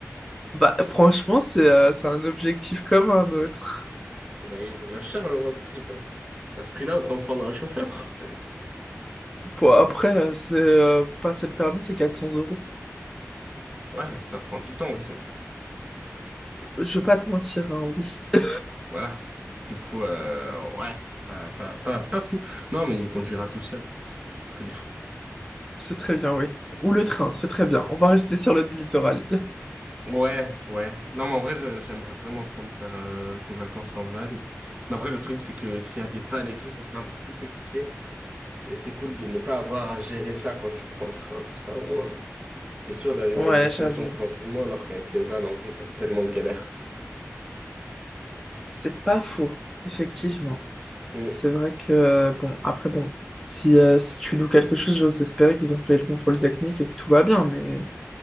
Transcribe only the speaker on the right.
Bah, il revient cher le road trip, hein. À ce prix-là, autant prendre un chauffeur.
Ouais, ça prend du temps aussi.
Voilà. Du coup, euh, ouais, pas, pas, pas, pas fou. Non, mais il conduira tout seul, écoute. C'est très bien.
Ouais, ouais. Non, mais en vrai, je- j'aimerais vraiment trop me faire euh, des vacances en van. Mais après, le truc, c'est que s'il y a des pannes et tout, ça, c'est un peu plus compliqué. Et c'est cool de ne pas avoir à gérer ça quand tu prends le train, tout ça, au moins. T'es sûr d'arriver
à destination
tranquillement alors qu'avec les vannes, en vrai, t'as tellement de galères.
Hmm.